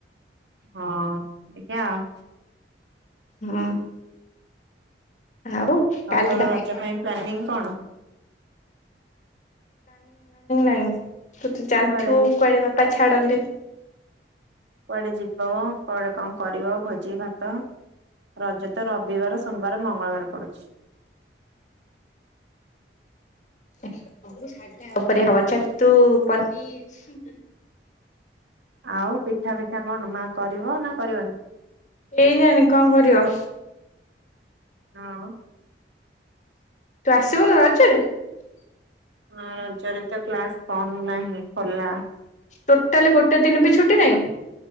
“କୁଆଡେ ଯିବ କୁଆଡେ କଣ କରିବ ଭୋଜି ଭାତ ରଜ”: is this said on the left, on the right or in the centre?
Right